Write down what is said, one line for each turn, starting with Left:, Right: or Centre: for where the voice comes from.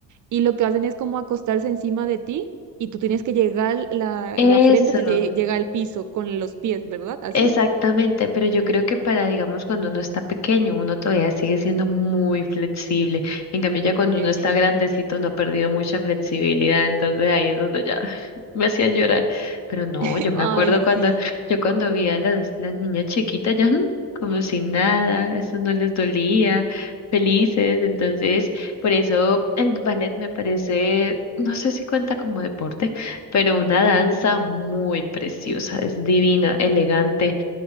Right: Y lo que hacen es como acostarse encima de ti y tú tienes que llegar, la,
Left: Eso.
Right: la frente te lle- llega al piso con los pies, ¿verdad? ¿Así?
Left: Exactamente, pero yo creo que para, digamos, cuando uno está pequeño, uno todavía sigue siendo muy flexible. En cambio, ya cuando
Right: Exacto.
Left: uno está grandecito, uno ha perdido mucha flexibilidad, entonces ahí es donde ya <laughs> me hacían llorar. Pero no,
Right: <laughs>
Left: yo me
Right: Ay,
Left: acuerdo cuando,
Right: sí,
Left: yo cuando vi a las, las niñas chiquitas ya <laughs> mm, como sin nada, eso no les dolía, felices. Entonces, por eso el ballet me parece, no sé si cuenta como deporte pero una danza muy preciosa, es divina, elegante.